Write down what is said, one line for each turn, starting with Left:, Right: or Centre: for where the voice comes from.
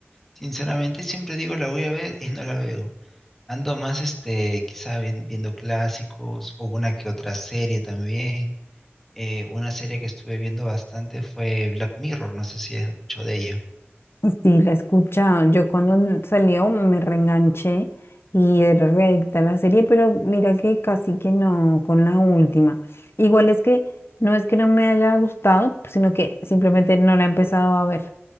Centre: Sinceramente, siempre digo la voy a ver y no la veo. Ando más, este, quizá vien- viendo clásicos o una que otra serie también. Eh, una serie que estuve viendo bastante fue Black Mirror, no sé si has escuchado de ella.
Left: Sí, la he escuchado. Yo cuando salió me reenganché y era readicta a la serie, pero mira que casi que no con la última. Igual es que no es que no me haya gustado, sino que simplemente no la he empezado a ver.